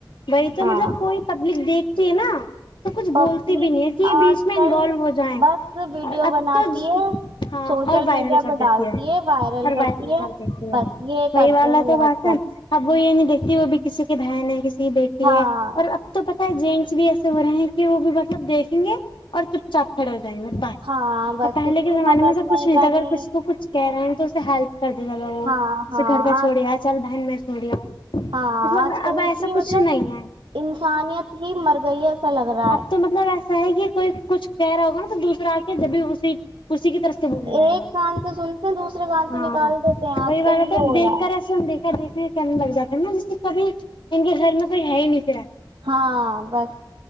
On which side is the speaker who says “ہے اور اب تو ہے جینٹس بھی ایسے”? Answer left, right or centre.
Left